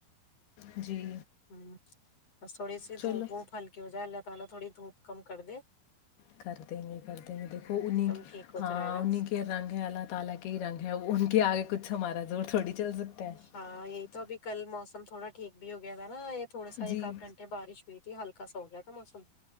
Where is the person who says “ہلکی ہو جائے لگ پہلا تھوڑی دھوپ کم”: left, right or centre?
Left